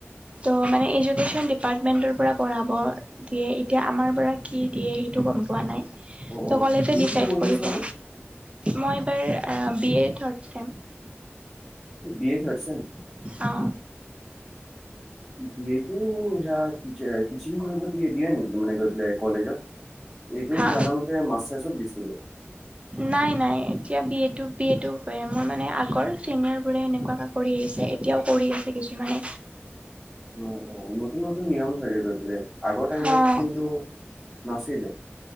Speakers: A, on the right (about 25°); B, in the centre.
A: ত মানে এজুকেশ্যন দিপ- পাৰ্টমেণ্টৰ পৰা পঢ়াব দিয়ে এতিয়া আমাৰ পৰা কি দিয়ে সেইটো গম পোৱা নাই।
B: অ'
A: ত
B: অ'
A: কলেজে
B: তুমি
A: ডিচাইড
B: কি পঢ়ি
A: কৰিব।
B: আছিলানো?
A: মই এইবাৰ B A third sem.
B: B A third sem.
A: অ।
B: বি এটো সেয়া যে টিচিং কৰিব দিয়ে দিয়ে নেকি মানে গৈ পেলাই কলেজত? এইটো
A: হা
B: জানামতে মাষ্টাৰ্ছত দিছিলে।
A: নাই নাই এতিয়া বি এটো বি এটো মোৰ মানে আগৰ চিনিয়ৰবোৰে এনেকুৱা কা- কৰি আহিছে এতিয়াও কৰি আছে কিছুমানে
B: য় অও নতুন নতুন নিয়ম চাগে গৈ পেলাই আগৰ টাইমত
A: অ',
B: কিন্তু নাছিলে।